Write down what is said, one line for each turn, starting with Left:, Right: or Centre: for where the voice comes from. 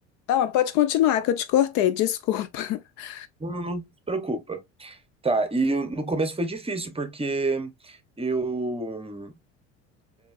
Left: não, mas pode continuar que eu te cortei, desculpa. <laughs>
Right: Não, não se preocupa. Tá, e eu- no começo foi difícil, porque eu,